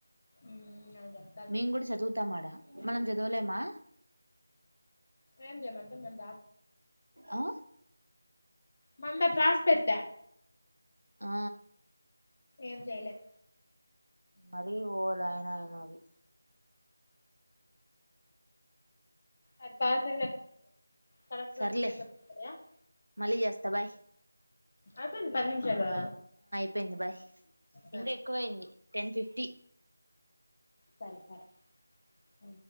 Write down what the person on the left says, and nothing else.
ఉమ్ ఆయన చెప్తాడు
ఏం చేయమంటే మేము
మందా త్రాస్ పెట్ట
ఏం చేయలేం
అది పాస్ కరెక్ట్ ట్వంటీ
ఫైవ్ <inaudible>
అయిపోయిందా పది నిమిషాలు
సరే
సరే బాయ్ అఓ